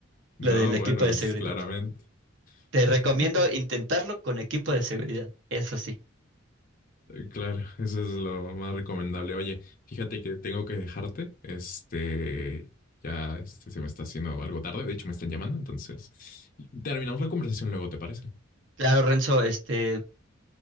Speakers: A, on the left (about 45°); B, on the right (about 60°).
A: no,
B: lo del equipo
A: bueno,
B: de
A: es
B: seguridad.
A: claramente.
B: Te recomiendo
A: <laughs>
B: intentarlo con equipo de seguridad, eso sí.
A: Claro, eso es lo más recomendable. Oye, fíjate que tengo que dejarte. Este, ya este, se me está haciendo algo tarde. De hecho, me están llamando. Entonces, terminamos la conversación luego, ¿te parece?
B: Claro, Renzo, este,